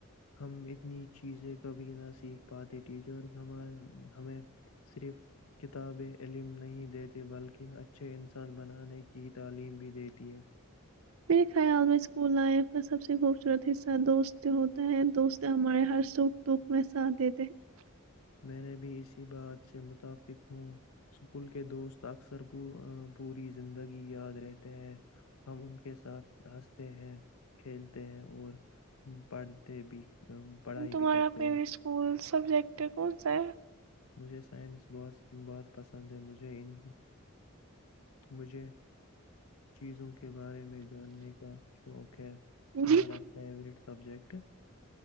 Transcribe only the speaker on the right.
میرے خیال میں سکول لائف کا سب سے خوبصورت حصہ دوست ہوتا ہے دوست ہمارے ہر سکھ دکھ میں ساتھ دیتے ہیں
ہیں
تمہارا
فیوریٹ
اسکول سبجیکٹ کون سا ہے
جی